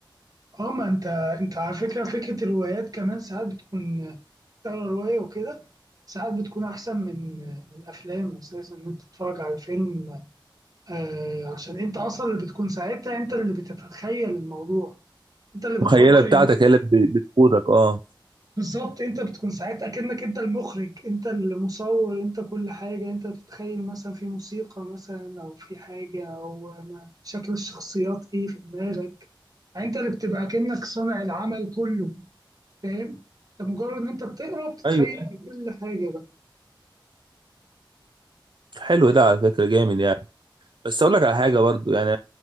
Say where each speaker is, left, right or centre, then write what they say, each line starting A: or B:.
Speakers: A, on the right; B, on the right.
A: اه ما أنت أنت على فكرة فكرة الروايات كمان ساعات بتكون تقرا رواية وكده ساعات بتكون أحسن من من أفلام أساسا إن أنت تتفرج على فيلم آه عشان أنت أصلا اللي بتكون ساعتها أنت اللي بتتخيل الموضوع أنت اللي بتحط
B: مخيله
A: ال-
B: بتاعتك هي اللي ب- بتقودك اه
A: بالظبط أنت بتكون ساعتها كأنك أنت المخرج أنت المصور أنت كل حاجة أنت بتتخيل مثلا في موسيقى مثلا أو في حاجة أو ما- شكل الشخصيات إيه في دماغك يعني انت اللي بتبقى كأنك صانع العمل كله فاهم انت مجرد ان انت بتقرا بتتخيل
B: ايوه
A: كل حاجه بقى
B: حلو ده على فكره جامد يعني بس اقول لك على حاجه برضو يعني